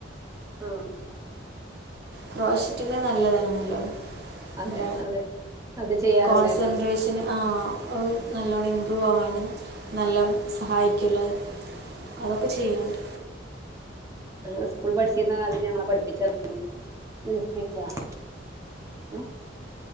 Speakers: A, on the right; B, on the right.
A: ആ
B: ക്രോഷറ്റിന്റെ നല്ലതാണല്ലോ
A: അതെ
B: നല്ല
A: അതെ അത് ചെയ്യാറുണ്ടായിരുന്നോ
B: കോൺസെൻട്രേഷൻ ആ അ നല്ലോണ്ണം ഇംമ്പ്രൂവ് ആവാന് നല്ല സഹായിക്കല്ലോ അത് അതൊക്കെ ചെയ്യല്ണ്ട്
A: ഞങ്ങള് സ്കൂൾ പഠിച്ചിരുന്ന കാലത്ത് ഞങ്ങളെ പഠിപ്പിച്ചണ്ട് ഏ